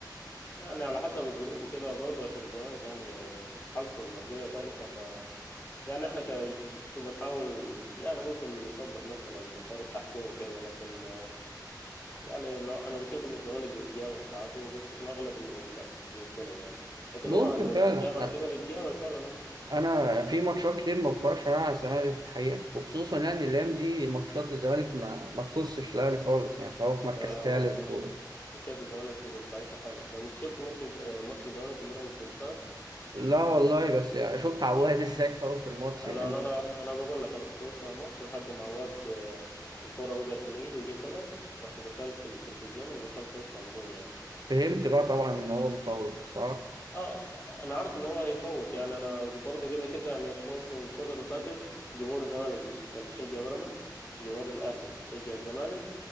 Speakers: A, on the left (about 30°); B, on the right (about 65°).
A: يعني على حسب الظروف وكده برضه عشان الزمالك يعني حالته الماديه ضعيفه ف يعني احنا ك بنحاول يعني ممكن نصبر نفسنا بحوار التحكيم وكده لكن يعني لو- انا بشوف ان الزمالك بيتجامل ساعاته بس في الاغلب انه لا بيتظلم يعني لكن
B: ممكن
A: هو انه
B: فعلا
A: بيتجامل
B: أ-
A: كده بيتجامل فعلا اه
B: أنا في ماتشات كتير ما بتفرجش عليها على الزمالك الحقيقة وخصوصا يعني الأيام دي ماتشات الزمالك ما, ما تخصش الأهلي خالص يعني هو في مركز
A: لا لا
B: تالت
A: م- ماتشات
B: و...
A: ماتشات الزمالك بقت ضعيفه خالص انت شفت ماتش الز- آه، ماتش الزمالك وبيراميدز اللي فات
B: لا والله
A: آه،
B: بس يعني شفت عواد <laughs> ازاي فوت الماتش
A: انا
B: يعني.
A: انا انا بقول لك انا كنت بسمع الماتش لحد ما عواد آه، الكرة وقعت من ايده وجت هدف رحت قفلت التلفزيون ودخلت اوضتي على طول يعني
B: فهمت بقى طبعا ان هو مفوت صح
A: اه انا عارف ان هو هيفوت يعني انا برضو كده كده يعني <laughs> هو اصلا الفتره اللي فاتت جمهور الزمالك بيش كان بيشجع بيراميدز جمهور الاهلي بيشجع الزمالك